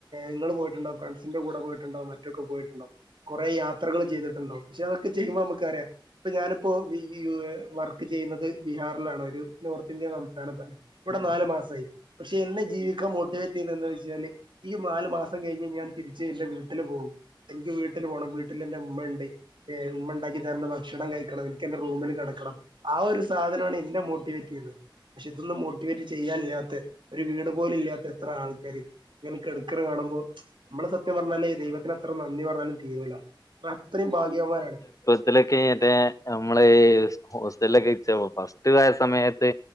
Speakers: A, on the right; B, on the left.
A: നിങ്ങൾ പോയിട്ടുണ്ടോ ഫ്രസിന്റെ കൂടെ പോയിട്ടുണ്ടോ മറ്റൊക്കെ പോയിട്ടുണ്ടാവും. കൊറെ യാത്രകൾ ചെയ്തിട്ടുണ്ടാവും പക്ഷെ അതൊക്കെ ചെയ്യുമ്പോ നമക്കറിയാം ഇപ്പൊ ഞാനിപ്പോ വർക്ക് ചെയ്യുന്നത് ബിഹാറിലാണ് ഒരു നോർത്ത് ഇന്ത്യ സംസ്ഥാനത്താണ് ഇവിടെ നാല് മാസമായി പക്ഷെ എന്നെ ജീവിക്കാൻ മോട്ടിവേറ്റ് ചെയ്ത് എന്താ വെച്ചാല് ഈ നാല് മാസം കഴിഞ്ഞ് ഞാൻ തിരിച്ച് എന്റെ വീട്ടിൽ പോകും എനിക്ക് വീട്ടിൽ പോകണം വീട്ടിൽ എന്റെ ഇമ്മണ്ട് ഏ ഉമ്മ ഉണ്ടാക്കി തരുന്ന ഭക്ഷണം കഴിക്കണം എനിക്ക് എന്റെ റൂമിൽ കെടക്കണം ആ ഒരു സാധനണ് എന്നെ മോട്ടിവേറ്റ് ചെയ്യുതെ പക്ഷെ ഇതൊന്നും മോട്ടിവേറ്റ് ചെയ്യാനില്ലാത്ത ഒരു വീട് പോല ഇല്ലാത്ത എത്ര ആൾക്കാര്. ഇബല് കെടക്കണ കാണുമ്പോ നമ്മളെ സത്യം പറഞ്ഞാല ദൈവത്തിന് എത്ര നന്ദി പറഞ്ഞാലും തീരൂല്ല. അത്രയും ഭാഗ്യവാനാണ്.
B: ഇവലൊക്കെമറ്റേ നമ്മള ഈ ഹോസ്റ്റലൊക്കെ ഇ ഫസ്റ്റ് ആയ സമയത്ത്